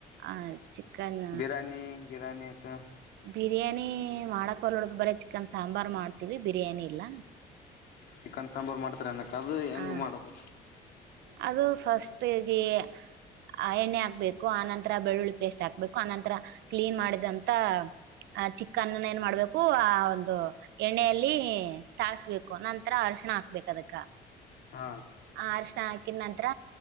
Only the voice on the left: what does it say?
ಬಿರಾನಿ ಬಿರಾನಿ ಅಕ್ಕ
ಚಿಕನ್ ಸಾಂಬಾರ್ ಮಾಡ್ತೀರ ಅನ್ನುಕ್? ಅದು ಹೆಂಗ್
ಮಾಡದದು?
ಆ